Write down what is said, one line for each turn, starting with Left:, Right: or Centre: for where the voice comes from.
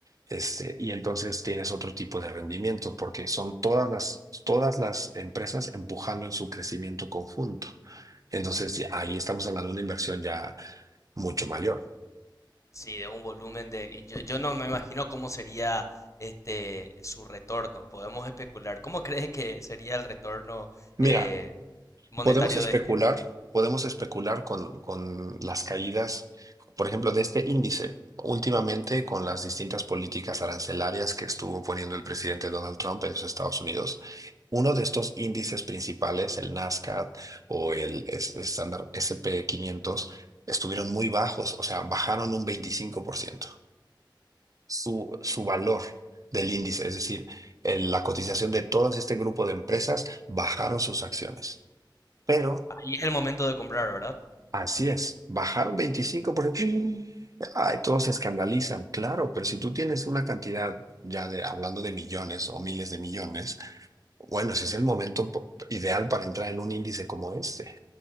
Right: este, y entonces tienes otro tipo de rendimiento porque son todas las, todas las empresas empujando en su crecimiento conjunto. Entonces ahí estamos hablando de una inversión ya mucho mayor.
Left: Sí, de un volumen de... y Yo, yo no me imagino cómo sería este su retorno. Podemos especular. ¿Cómo crees que sería el retorno
Right: Mira,
Left: eh, monetario
Right: Podemos especular,
Left: de este nivel?
Right: podemos especular con, con las caídas, por ejemplo, de este índice, últimamente con las distintas políticas arancelarias que estuvo poniendo el presidente Donald Trump en los Estados Unidos. Uno de estos índices principales, el Nasdaq o el es- estándar S&P 500, estuvieron muy bajos, o sea, bajaron un veinticinco por ciento Su, su valor del índice, es decir, el- la cotización de todo este grupo de empresas, bajaron sus acciones. Pero
Left: Ahí es el momento de comprar, ¿verdad?
Right: Así es, bajaron 25%. Ay, todos se escandalizan, claro, pero si tú tienes una cantidad ya de hablando de millones o miles de millones, bueno, ese es el momento po- ideal para entrar en un índice como este.